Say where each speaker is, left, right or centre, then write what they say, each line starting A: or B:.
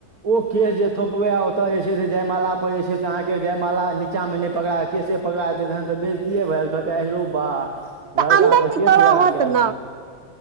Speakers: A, on the right (about 65°); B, on the right (about 50°).
A: ओ केश जे थोपबै आ ओतय जे छै से जयमाला पर जे छै से अहाँके जयमाला नीचामे नहि पकड़ा कऽ केश से पकड़ा जेतै तहन तऽ बेजतीए भऽ जेब ओ कहतै आहिरौ बा लड़का
B: अन्दर
A: तऽ
B: मे
A: केश
B: रहत
A: लगा के आयल
B: ने
A: छलौए